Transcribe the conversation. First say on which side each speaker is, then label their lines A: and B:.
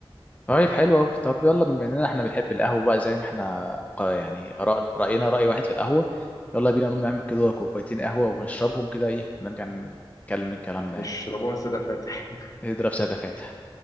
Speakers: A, on the left; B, on the left.
A: طيب حلو قوي طب يلا بما اننا احنا بنحب القهوه بقى زي ما احنا قا- يعني آراء- راينا راي واحد في القهوه يلا بينا نقوم نعمل كده كوبايتين قهوه ونشربهم كده ايه نرجع نكمل كلامنا
B: هنشربوها
A: يعني
B: سادة فاتح
A: نضرب ساده فاتح